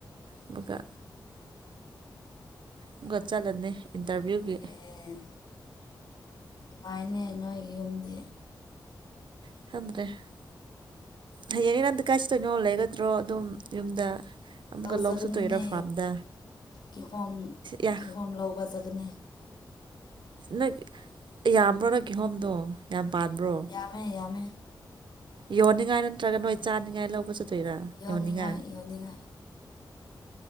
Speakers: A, on the right (about 80°); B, on the left (about 60°).
A: ꯑꯃꯨꯛꯀ ꯑꯗꯨꯒ ꯆꯠꯂꯅꯤ ꯏꯟꯇꯔꯚꯤꯌꯨꯒꯤ꯫
B: ꯑꯦ ꯅꯨꯡꯉꯥꯏꯅꯦ ꯅꯣꯏꯒꯤ ꯌꯨꯝꯗꯤ
A: <unintelligible> ꯍꯌꯦꯡꯅꯦ ꯅꯪꯗꯤ ꯀꯥꯏꯆꯠꯇꯣꯏꯅꯣ ꯂꯩꯒꯗ꯭ꯔꯣ ꯑꯗꯨꯝ ꯌꯨꯝꯗ꯫ ꯑꯃꯨꯛꯀ
B: ꯂꯧ ꯆꯠꯀꯅꯤꯅꯦ
A: ꯆꯠꯇꯣꯏꯔꯥ ꯐꯥꯔꯝꯗ
B: ꯀꯤꯍꯣꯝ-ꯀꯤꯍꯣꯝ
A: ꯌꯥ
B: ꯂꯧꯕ ꯆꯠꯀꯅꯦ꯫
A: ꯅꯪ ꯌꯥꯝꯕ꯭ꯔꯣ ꯅꯣꯏ ꯀꯤꯍꯣꯝꯗꯣ ꯌꯥꯝ ꯄꯥꯟꯕ꯭ꯔꯣ?
B: ꯌꯥꯝꯃꯦ-ꯌꯥꯝꯃꯦ꯫
A: ꯌꯣꯟꯅꯤꯡꯉꯥꯏ ꯅꯠꯇ꯭ꯔꯒ ꯅꯣꯏ ꯆꯥꯅꯤꯡꯉꯥꯏ ꯂꯧꯕ ꯆꯠ ꯇꯣꯏꯔꯥ
B: ꯌꯣꯟꯅꯤꯡꯉꯥꯏ
A: ꯌꯣꯟꯅꯤꯉꯥꯏ꯫
B: ꯌꯣꯟꯅꯤꯡꯉꯥꯏ